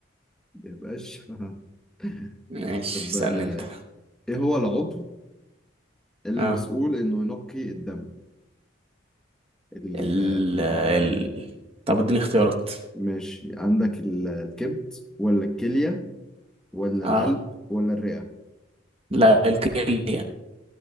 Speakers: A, in the centre; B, on the right.
A: ما يبقاش <laughs>
B: ماشي
A: طب
B: اسألني
A: آه،
B: انت
A: ايه هو العضو المسؤول
B: اه
A: انه ينقي الدم ال-
B: ال ال طب اديني اختيارات
A: ماشي عندك ال- الكبد ولا الكلية ولا القلب
B: اه
A: ولا الرئة
B: لا الكيليا